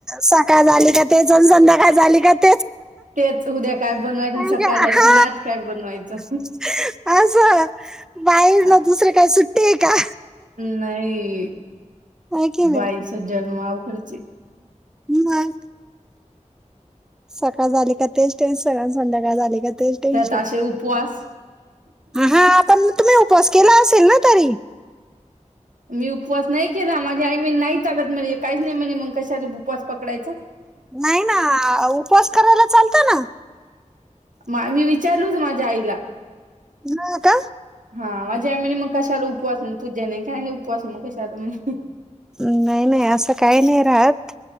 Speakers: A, in the centre; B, on the right.
A: सकाळ झाली का तेच आणि संध्याकाळ झाली का तेच
B: तेच उद्या काय बनवायचं आणि
A: हा
B: सकाळ झाल की ना आज काय बनवायचं
A: असं बाई
B: अ
A: ना दुसरे काय सुट्टी का
B: नाही
A: आहे की नाही
B: बाई चा जन्म हा खरंच
A: मग सकाळ झाली का तेच टेन्शन संध्याकाळ झाली का तेच टेन्शन
B: त्यात असे उपवास
A: हा आपण तुम्ही उपवास केला असेल ना तरी
B: मी उपवास नाही केला माझी आई म्हणे नाही चालत म्हणे काहीच नाही म्हणे मग कशाला उपवास पकडायचा
A: नाही ना उपवास करायला चालतं ना
B: म मी विचारल होत माझ्या आईला
A: हा का
B: हा माझ्या म्हणे मग कशाला उपवास पूजा नाही काय उपवास मग कशाला म्हणे
A: नाही नाही असं काही नाही राहत